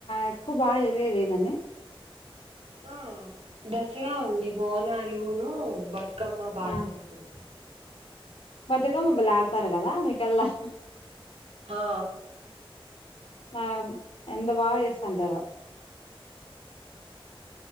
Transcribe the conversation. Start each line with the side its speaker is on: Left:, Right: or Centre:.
Left: ఎక్కువ బాగా జరిగేది ఎందండి
Right: ఆ దసరా అండి బోనాలును బతు క్కమ్మ బాగా
Left: ఆ
Right: జరుగుతది
Left: బతుకమ్మ బాలాడతారు కదా మీకెల్లా
Right: హా
Left: నా ఎంత బాగా చేస్తా అంటారో